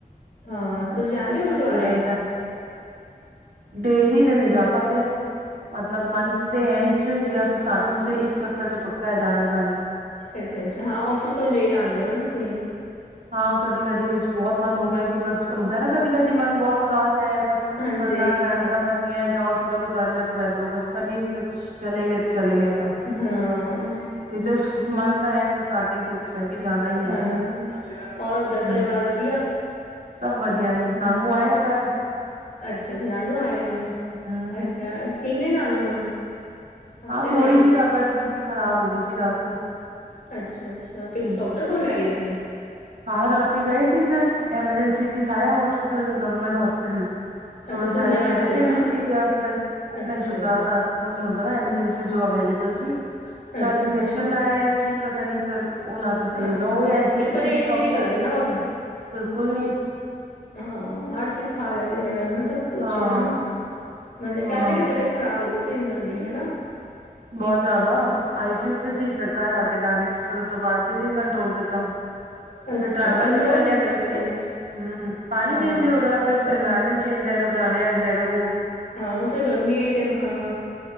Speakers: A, on the left; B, on the right.
A: ਹਾਂ
B: ਬਸ
A: ਤੁਸੀਂ ਜਾਂਦੇ
B: ਉ
A: ਹੋ ਗੁਰਦੁਆਰੇ
B: ਗੱਲ <inaudible> ਡੇਲੀ ਤੇ ਨਹੀ ਜਾ ਪਾਣਦੇਂ, ਮਤਲਬ
A: ਅੱਛਾ
B: ਮੰਥ ਦੇ ਐਂਡ ਚ ਜਾਂ ਫਿਰ ਸਟਾਰਟਿੰਗ ਚ ਇਕ ਚੱਕਰ ਤੇ ਪੱਕਾ ਹੈ ਜਾਣਾ ਜਾਣਾ,
A: ਅੱਛਾ, ਅੱਛਾ ਹਾਂ ਔਫਿਸ ਤੋਂ ਲੇਟ ਆਉਂਦੇ ਹੋ ਨਾ ਤੁਸੀਂ,
B: ਹਾਂ ਕਦੀ ਕਦੀ ਵਿੱਚ ਬਹੁਤ ਮਨ ਹੋ ਗਿਆ ਕਿ ਬਸ ਹੁੰਦਾ ਨਾ ਕਦੀ ਕਦੀ ਮਨ ਬਹੁਤ, ਉਦਾਸ ਹੈ ਬਸ ਕੁੱਛ
A: ਹਾਂਜੀ
B: ਕਰਨਾ ਕਰਨ
A: ਹਾਂ
B: ਦਾ ਮਨ ਨਹੀਂ ਹੈ, ਜਾਓ ਸੀਦਾ ਗੁਰੂਦੁਆਰੇ ਜਾ ਕੇ ਬਹਿ ਜਾਓ ਬਸ ਕਦੀ, ਬਚ ਚਲੇ ਗਏ ਤਾਂ ਚਲੇ ਗਏ ਤਾਂ,
A: ਹਾਂ
B: ਨਹੀਂ ਤੇ ਮਨ ਤਾਂ ਹੈ ਤੇ ਸਟਾਰਟਿੰਗ ਫਿਕਸ ਹੈ ਕਿ ਜਾਣਾ ਹੀ ਹੈ,
A: ਹਾਂ ਔਰ ਘਰ ਪਰਿਵਾਰ
B: ਹੂੰ
A: ਵਧੀਆ,
B: ਸਭ ਵਧੀਆ ਨੇ, ਨਾਨੂ ਆਇਆ ਘਰ
A: ਅੱਛਾ, ਅੱਛਾ ਨਾਨੂ ਆਏ ਹੋਏ ਨੇ
B: ਹੂੰ
A: ਅੱਛਾ ਠੀਕ ਨੇ ਨਾਨੂ ਹੁਣ, ਹਫ਼ਤੇ
B: ਹਾ ਥੋੜੀ
A: ਲਈ
B: ਜਿਹੀ ਤਬੀਅਤ ਖ਼ਰਾਬ ਹੋ ਗਈ ਸੀ ਰਾਤ ਨੂੰ,
A: ਅੱਛਾ, ਅੱਛਾ ਫਿਰ
B: ਹੂੰ
A: ਡਾਕਟਰ ਕੋਲ ਲੈ ਗਏ ਸੀ।
B: ਹਾਂ ਰਾਤੀ ਗਏ ਸੀ, ਫਿਰ ਐਮਰਜੈਂਸੀ ਦਿਖਾਇਆ ਹੋਸਪਿਟਲ ਗਵਰਮੈਂਟ ਹੋਸਪਿਟਲ। ਥੋੜਾ
A: ਅੱਛਾ
B: ਸ਼ਾਇਦ
A: ਸੁੰਦਰਯਾਲ
B: ਮੈਡੀਸਨ
A: ਕੋਲ ਨਾ
B: ਦਿੱਤੀ ਜਾਂ ਫਿਰ,
A: ਅੱਛਾ
B: ਨਹੀਂ ਸਮਤਾਲ ਰਾਤ ਨੂੰ ਨੀ ਆਉਂਦਾ ਨਾ ਐਮਰਜੈਂਸੀ ਜੋ ਅਵੇਲੇਬਲ ਸੀ ਸ਼ਾਇਦ
A: ਅੱਛਾ-ਅੱਛਾ
B: ਇੰਜੈਕਸ਼ਨ ਲਾਏ। ਕੀ ਪਤਾ ਨੀ ਫਿਰ ਉਹ ਲਾ ਕੇ ਸਹੀ
A: ਅੱਛਾ
B: ਹੋ ਗਿਆ ੳਹ ਐਸੀਡੀਟੀ
A: ਇੱਕ ਪਰਹੇਜ਼
B: ਦੀ ਪ੍ਰੋਬਲਮ,
A: ਵੀ ਨੀ ਕਰਦੇ ਨਾ ਉਹ
B: ਬਿਲਕੁਲ ਨਹੀਂ
A: ਹਾਂ ਹਰ ਚੀਜ਼ ਖਾ ਲੈਂਦੇ ਐ ਹਨਾ ਸਭ ਕੁਛ
B: ਹਾਂ
A: ਹਨਾ, ਮਨੇ
B: ਹਾਂ
A: ਪਹਿਲੇ ਵੀ ਤਬੀਅਤ ਖ਼ਰਾਬ ਹੋ ਗਈ ਸੀ। ਇਹਨਾਂ ਦੀ ਹਨਾ,
B: ਬਹੁਤ ਜ਼ਿਆਦਾ ਆਈ ਸੀਯੂ ਸੀ ਫੇਰ ਘਰ ਆ ਕੇ ਡਾਇਰੈਕਟ ਫਿਰ ਉਸ ਤੋਂ ਬਾਅਦ ਵੀ ਕੰਟਰੋਲ ਕੀਤਾ।
A: ਅੱਛਾ
B: ਫਿਰ ਟਰੈਵਲ
A: ਕੰਟਰੋਲ
B: ਵੀ ਕਰ ਲਿਆ
A: ਨੀ ਕਰਦੇ
B: ਫਿਰ ਚੇਂਜ ਹਮ ਪਾਣੀ
A: ਹਾਂ
B: ਚੇਂਜ ਵੀ ਹੋ ਗਿਆ ਫਿਰ, ਇਨਵਾਇਰਮੈਂਟ ਚੇਂਜ ਆਏ ਲੁਧਿਆਣੇ ਆ ਜਾਂ <unintelligible>
A: ਹਾਂ ਉੱਥੇ ਗਰਮੀ ਹੈ ਤੇ ਹਾਂ